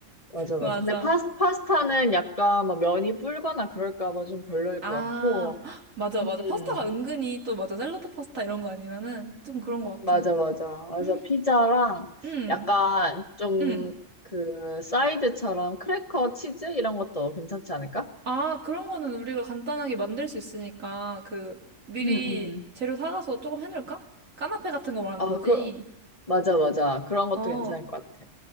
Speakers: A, on the left (about 30°); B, on the right (about 80°).
A: 맞아,
B: 맞아.
A: 맞아. 근데 파스, 파스타는 약간 뭐 면이 불거나 그럴까 봐 좀 별로일
B: 아,
A: 것 같고,
B: <gasps> 헉, 맞아,
A: 음,
B: 맞아. 파스타가 은근히 또 맞아. 샐러드 파스타 이런 거 아니면은 좀 그런 것
A: 맞아,
B: 같아.
A: 맞아. 그래서
B: <gasps>
A: 피자랑
B: 음,
A: 약간 좀
B: 음.
A: 그 사이드처럼 크래커 치즈 이런 것도 괜찮지 않을까?
B: 아, 그런 거는 우리가 간단하게 만들 수 있으니까, 그, 미리
A: 음, 음.
B: 재료 사가서 조금 해놓을까? 까나페 같은 거 말하는
A: 아,
B: 거지.
A: 그, 맞아, 맞아. 그런 것도
B: 어,
A: 괜찮을 것 같아.